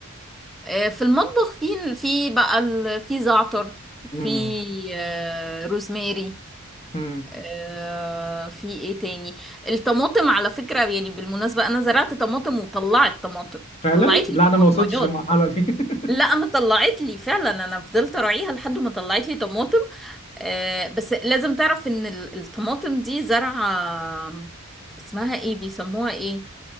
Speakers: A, in the centre; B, on the left (about 30°).
A: آه، في المطبخ في في بقى ال- في زعتر
B: مم.
A: في آه، روزماري
B: مم.
A: آه، في ايه تاني الطماطم على فكرة يعني بالمناسبة انا زرعت طماطم وطلعت طماطم
B: فعلا
A: طلعت
B: لا
A: لي
B: انا
A: طماطميات
B: ما وصلتش للمرحلة دي <laughs>
A: لا انا طلعت لي فعلا انا فضلت اراعيها لحد ما طلعت لي طماطم آه بس لازم تعرف ان ال- الطماطم دي زرعة آه، اسمها ايه بيسموها ايه